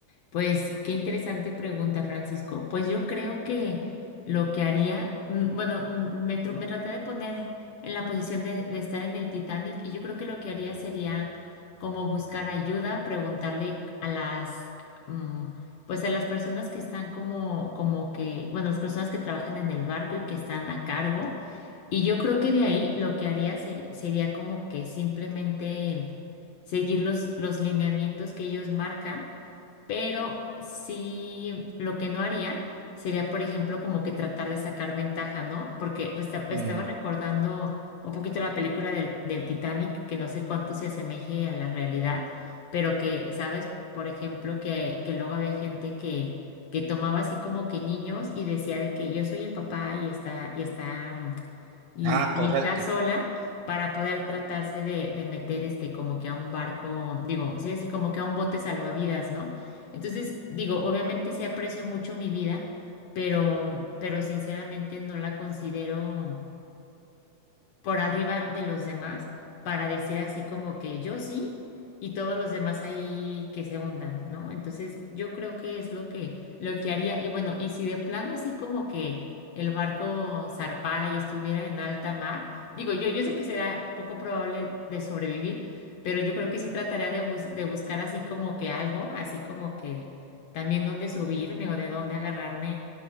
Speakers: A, on the left; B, on the right.
A: Pues qué interesante pregunta, Francisco. Pues yo creo que lo que haría, mm, bueno, mm, me, tru- me traté de poner en la posición de, de estar en el Titanic y yo creo que lo que haría sería como buscar ayuda, preguntarle a las, mm, pues a las personas que están como, como que, bueno, las personas que trabajan en el barco y que están a cargo. Y yo creo que de ahí lo que haría ser- sería como que simplemente seguir los, los lineamientos que ellos marcan, pero sí lo que no haría sería, por ejemplo, como que tratar de sacar ventaja, ¿no? Porque resta- estaba
B: Ujú.
A: recordando un poquito la película del, del Titanic, que no sé cuánto se asemeje a la realidad, pero que, ¿sabes? Por ejemplo, que, que luego había gente que, que tomaba así como que niños y decía de que yo soy el papá y está, y está mm, y,
B: Ah,
A: y
B: correcto.
A: está sola para poder tratarse de, de meter este como que a un barco, digo, sí, así como que a un bote salvavidas, ¿no? Entonces, digo, obviamente sí aprecio mucho mi vida, pero, pero sinceramente no la considero por arriba de los demás para decir así como que yo sí y todos los demás ahí que se hundan, ¿no? Entonces yo creo que es lo que, lo que haría. Y bueno, y si de plano así como que el barco zarpara y estuviera en alta mar, digo, yo, yo sé que será poco probable de sobrevivir, pero yo creo que sí trataría de, bus- de buscar así como que algo, así como que también dónde subirme o de dónde agarrarme